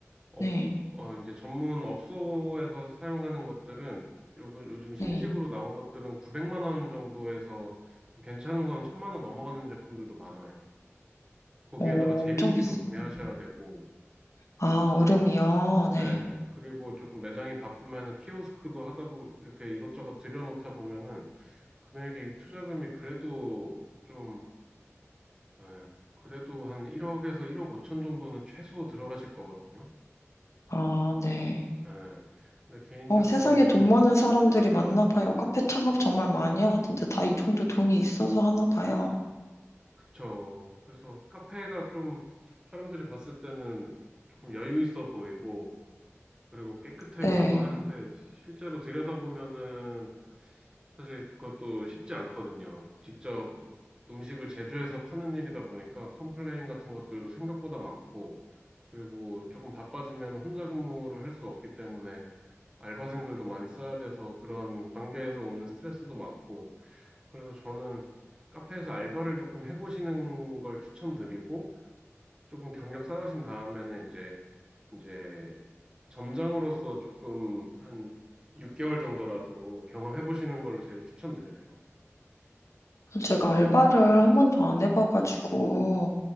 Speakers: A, on the right; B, on the left.
A: 업,
B: 네,
A: 어, 이제 전문 업소에서 사용하는 것들은 요, 그 요즘 신식으로
B: 네.
A: 나온 것들은 900만 원 정도에서 좀 괜찮은 거는 만원 넘어가는 제품들도 많아요. 거기에다가
B: 어,
A: 제빙기도
B: 엄청 비싸군요.
A: 구매하셔야 되고,
B: 아, 얼음이요? 네.
A: 예, 그리고 조금 매장이 바쁘면은 키오스크도 하다 보면 이렇게 이것저것 들여놓다 보면은 금액이 투자금이 그래도 좀, 예, 그래도 한 1억에서 1억 5천 정도는 최소 들어가실 거거든요.
B: 아, 네.
A: 예. 근데 개인적으로는
B: 어, 세상에 돈 많은 사람들이 많나 봐요. 카페 창업 정말 많이 하던데 다 이 정도 돈이 있어서 하나 봐요.
A: 그쵸. 그래서 카페가 좀 사람들이 봤을 때는 조금 여유 있어 보이고, 그리고 깨끗해
B: 네.
A: 보이고 하는데, 실제로 들여다보면은 사실 그것도 쉽지 않거든요. 직접 음식을 제조해서 파는 일이다 보니까 컴플레인 같은 것들도 생각보다 많고, 그리고 조금 바빠지면 혼자 근무를 할 수 없기 때문에 알바생들도 많이 써야 돼서 그런 관계에서 오는 스트레스도 많고, 그래서 저는 카페에서 알바를 조금 해보시는 걸 추천드리고, 조금 경력 쌓으신 다음에는 이제 이제 점장으로서 조금 한 6개월 정도라도 경험해 보시는 걸 제일 추천드려요.
B: 제가 알바를 한 번도 안 해봐가지고